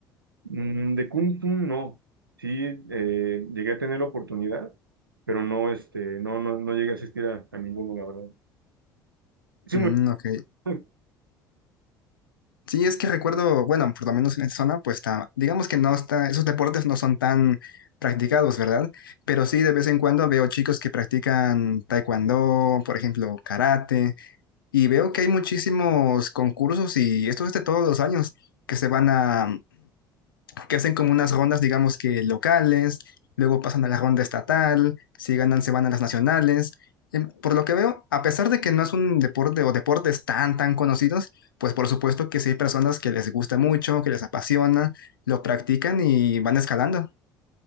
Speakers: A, on the right; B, on the left.
A: Mm, De Kung Fu no. Sí, eh, llegué a tener la oportunidad, pero no, este, no, no, no llegué a asistir a, a ninguno, la verdad. Sí,
B: Mm,
A: muy-
B: ok.
A: <laughs>
B: Sí, es que recuerdo, bueno, por lo menos en esta zona, pues ta- digamos que no está, esos deportes no son tan practicados, ¿verdad? Pero sí, de vez en cuando veo chicos que practican taekwondo, por ejemplo, karate. Y veo que hay muchísimos concursos y esto es de todos los años que se van a, que hacen como unas rondas, digamos que locales, luego pasan a la ronda estatal, si ganan se van a las nacionales. Em, Por lo que veo, a pesar de que no es un deporte o deportes tan, tan conocidos, pues por supuesto que sí hay personas que les gusta mucho, que les apasiona, lo practican y van escalando.